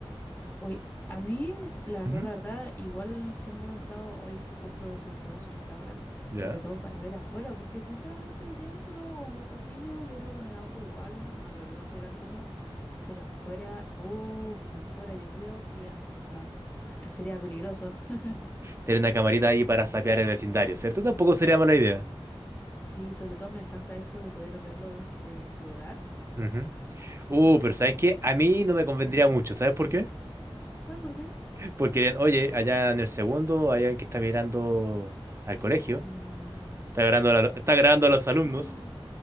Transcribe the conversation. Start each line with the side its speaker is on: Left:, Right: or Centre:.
Left: Hoy, a mí, la verdad,
Right: Ujú.
Left: la verdad, igual siempre he pensado, hoy si compro, si compramos una cámara,
Right: ¿Ya?
Left: sobre todo para ver afuera, porque sinceramente dentro o en el pasillo yo creo que me da un poco igual, no creo que pase gran cosa, pero afuera, uff, afuera yo creo que hasta, hasta sería peligroso. <laughs>
Right: Tener una camarita ahí para sapear el vecindario, ¿cierto? Tampoco sería mala idea.
Left: Sí, sobre todo me encanta esto de poder verlo desde el celular.
Right: Ujú. Uh, pero
Left: Sí.
Right: ¿sabes qué? A mí no me convendría
Left: Ujú.
Right: mucho, ¿sabes por qué?
Left: ¿Sabes por qué?
Right: Porque dirían, oye, allá en el segundo hay alguien que está mirando al colegio,
Left: Mm.
Right: está grabando a, la- está grabando a los alumnos,
Left: ¡Oh!